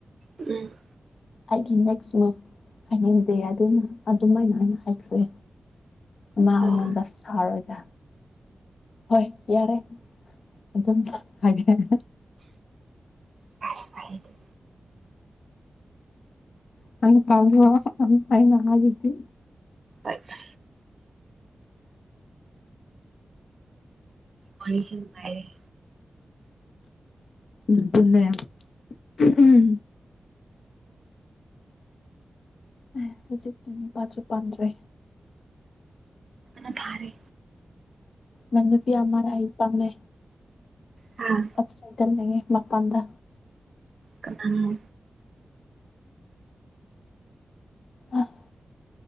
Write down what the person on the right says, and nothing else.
ꯎꯝ
ꯑꯣ
ꯐꯩꯌꯦ ꯐꯩ
ꯑꯁ ꯋꯥꯔꯤꯁꯦ ꯅꯨꯡꯉꯥꯏꯌꯦ
ꯑ ꯊꯥꯔꯦ
ꯍꯥ
ꯀꯥꯅꯅꯣ